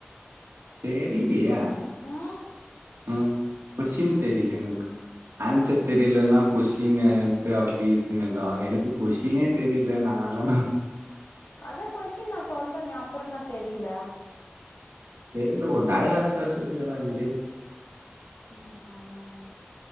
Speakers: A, on the right; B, on the left.
A: தெரியிலியே
B: ம்
A: ம் கொஷ்சின் தெரியில எங்கள்க்கு ஆன்சர் தெரியிலன்னா கொஸ்டின க்கு அப்டி இப்டீ எழ்தலா எனக்கு கொஸ்ஸினே தெரியில நா என்னான்னா
B: அத கொஸ்ஷின் நா சொல்றனே அப்பற என்ன தெரியில்ல
A: தெரியில ஒ டயலாக் தா <unintelligible>
B: ம் ம்